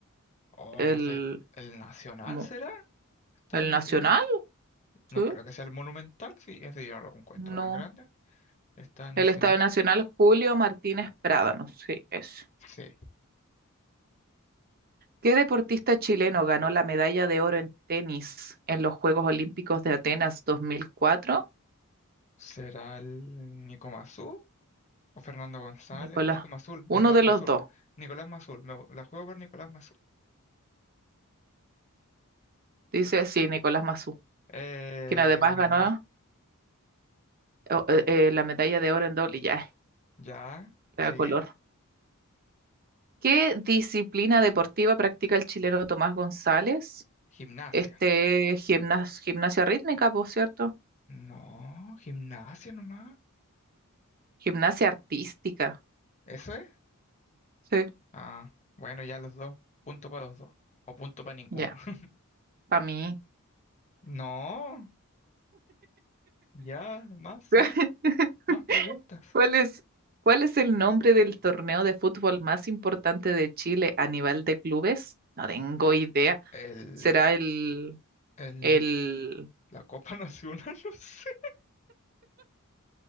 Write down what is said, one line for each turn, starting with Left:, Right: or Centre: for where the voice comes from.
Left: Oh,
Right: el,
Left: no sé, ¿el Nacional
Right: mo-
Left: será? ¿Estadio
Right: el
Left: Nacional?
Right: Nacional,
Left: No
Right: ¿sí?
Left: creo que sea el Monumental, sí, ese yo no lo encuentro
Right: No.
Left: tan grande. ¿Estadio Nacional?
Right: El Estado Nacional Julio Martínez Prádanos, sí, es.
Left: Sí.
Right: ¿Qué deportista chileno ganó la medalla de oro en tenis en los Juegos Olímpicos de Atenas 2004?
Left: ¿Será el Nico Mazú o Fernando González?
Right: Nicolás,
Left: Nico Mazul,
Right: uno
Left: Nicolás
Right: de
Left: Mazul,
Right: los dos,
Left: Nicolás Mazul, me la juego por Nicolás Mazul.
Right: dice, sí, Nicolás Massú,
Left: Eh,
Right: quien además
Left: gané.
Right: ganó eh, eh, eh, la medalla de oro en doble, ya,
Left: Ya,
Right: da
Left: sigue.
Right: color. ¿Qué disciplina deportiva practica el chileno Tomás González?
Left: Gimnasia.
Right: Este, gimnas- gimnasia rítmica, por cierto.
Left: No, gimnasia nomás.
Right: Gimnasia artística,
Left: ¿Eso es?
Right: sí,
Left: Ah, bueno, ya los dos. Punto para los dos. O punto para ninguno.
Right: ya,
Left: <laughs>
Right: para mí.
Left: No, ya, más,
Right: <laughs>
Left: más, más preguntas.
Right: ¿Cuál es, cuál es el nombre del torneo de fútbol más importante de Chile a nivel de clubes? No tengo idea.
Left: El,
Right: ¿Será el,
Left: el,
Right: el,
Left: la Copa Nacional, <laughs> no sé.